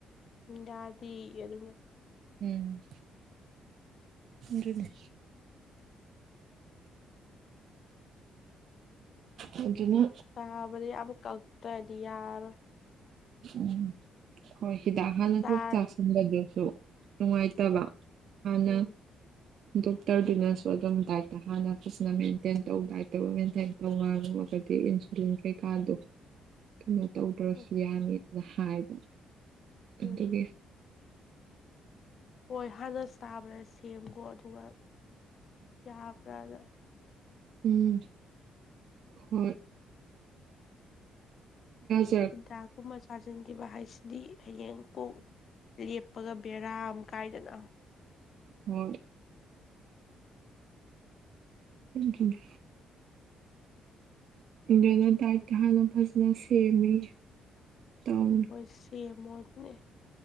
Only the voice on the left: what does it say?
ꯎꯝ ꯌꯥꯗꯤꯔꯦ ꯑꯗꯨꯅ
ꯁꯥꯕꯗꯤ ꯌꯥꯕ ꯀꯛꯇ꯭ꯔꯗꯤ ꯌꯥꯔꯣꯏ
ꯆꯥꯔ
ꯎꯝ
ꯎꯝ
ꯎꯝ
ꯍꯣꯏ ꯍꯥꯟꯅ ꯁꯇꯥꯕ꯭ꯔꯥ ꯁꯦꯝꯈꯣ ꯑꯗꯨꯒ ꯌꯥꯕ꯭ꯔꯥꯅ
ꯍꯤꯗꯥꯛ ꯀꯨꯝꯕ ꯆꯥꯁꯤꯟꯈꯤꯕ ꯍꯥꯏꯁꯤꯗꯤ ꯍꯌꯦꯡ ꯀꯣꯛ ꯂꯦꯞꯄꯒ ꯕꯦꯔꯥꯅꯤ ꯀꯥꯏꯗꯅꯣ
ꯍꯣꯏ ꯁꯦꯃꯣ ꯑꯗꯨꯅꯦ